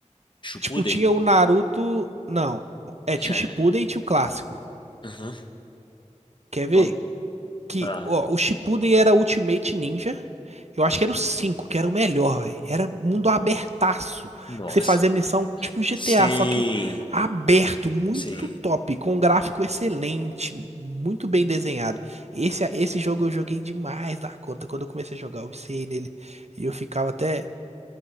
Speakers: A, on the left (about 40°); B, on the right (about 60°).
A: Shippuden?
B: Tipo, tinha o Naruto. Não. É,
A: <laughs>
B: tinha o Shippuden e tinha o clássico.
A: Uhum.
B: Quer ver?
A: Qual?
B: Que,
A: Ah,
B: ó, o Shippuden era Ultimate Ninja. Eu acho que era o 5, que era o melhor, velho. Era mundo abertaço.
A: nossa.
B: Que você fazia missão tipo GTA,
A: Sim,
B: só que aberto, muito
A: sim.
B: top, com um gráfico excelente, muito bem desenhado. Esse, esse jogo eu joguei demais da conta. Quando eu comecei a jogar, eu viciei nele. E eu ficava até.